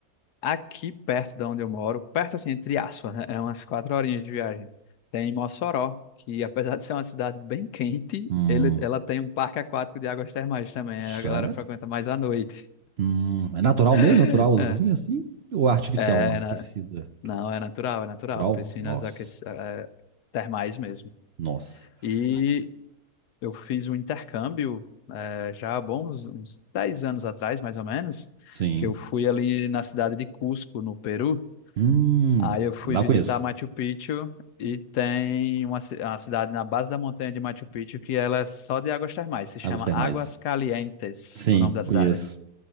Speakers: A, on the left; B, on the right.
A: aqui perto da onde eu moro, perto assim, entre aspas, né? É umas quatro horinhas de viagem. Tem Mossoró, que apesar <laughs> de ser uma cidade bem quente,
B: Hum,
A: ele, ela tem um parque aquático de águas termais também.
B: sério?
A: é, A galera frequenta mais à noite.
B: Hum, é natural
A: <laughs>
B: mesmo? Naturalzinho,
A: É,
B: assim? Ou é artificial,
A: é,
B: ó, aquecida?
A: na- não, é natural, é natural.
B: Natural?
A: Piscinas
B: Nossa,
A: aque- é, termais mesmo.
B: nossa.
A: E
B: Ah,
A: eu fiz um intercâmbio é, já há bons uns 10 anos atrás, mais ou menos,
B: Sim.
A: que eu fui ali na cidade de Cusco, no Peru.
B: Hum,
A: Aí eu fui
B: lá
A: visitar
B: eu conheço.
A: Machu Picchu e tem uma, ci- uma cidade na base da montanha de Machu Picchu que ela é só de águas termais, se chama
B: A Gostei
A: Águas
B: mais.
A: Calientes,
B: Sim,
A: o nome da cidade.
B: conheço.